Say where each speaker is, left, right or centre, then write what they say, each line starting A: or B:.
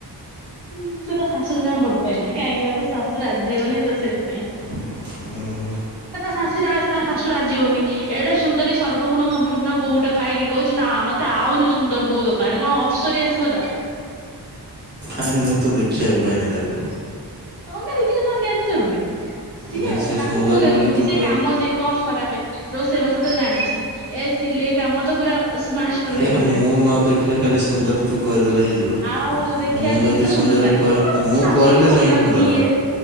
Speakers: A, on the right; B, on the right.
A: ହୁଁ ହୁଁ ସେ ତା ଶାଶୁକୁ ଜମା ଭଲ ପାଏନାହିଁ କାହିଁକି ନା ତା ଶାଶୁ ରାଜି ହଉ ନାଇଁ ତ ସେଥିପାଇଁ
B: ହୁଁ।
A: ଏ ତା ଶାଶୁ ଟା ତା ଶାଶୁ ରାଜି ହଉନି, ଏଡେ ସୁନ୍ଦରୀ ସର୍ବଗୁଣ ସମ୍ପୂର୍ଣ୍ଣ ବୋହୁଟା ପାଇକିରି କହୁଛି ନା ମତ୍ ତେ ଆହୁରି ସୁନ୍ଦର ବୋହୁ ଦରକାରେ କଣ ଅପ୍ସରୀ ଆସିବ ତା ପାଇଁ?
B: ଆରେ ମୁଁ ତ ଦେଖିବାକୁ ପାଇନାଇଁ ତାକୁ?
A: ତମେ ଦେଖିଲେ କଣ ନିହାତି ଜରୁରୀ ସିଏ
B: ନା ସେ
A: ତାକୁ
B: ସୁନ୍ଦରୀ
A: ମୁଁ ଦେଖୁଛି
B: ବୋଲି ତୁ
A: ସିଏ
B: କ ହେ
A: କାମ ଶିକ କଣ ଖରାପେ ରୋଷେଇ ବାସ ତ ଜାଣିଛି ଏ ସିଲେଇ କାମ ତ ପୁରା ତ ସେ ମାଷ୍ଟର ହେଇଗଲାଣି,
B: ହେ ମୁଁ ନ ଦେଖିଲେ ଖାଲି ସୁନ୍ଦରୀ ତୁ କହିଦେଲେ ହେଇଯିବ।
A: ଆଉ ଦେଖିବାକୁ
B: ମୁଁ ଯଦି
A: ବି ତ
B: ସୁନ୍ଦରୀ
A: ସୁନ୍ଦର ଟା କଣ
B: କହି ମୁଁ
A: ତା ଶାଶୁକୁ
B: କହିଲେ
A: ଭଲ
B: ଯାଇକି
A: ଲାଗୁନି
B: ସୁନ୍ଦର
A: ଇଏ?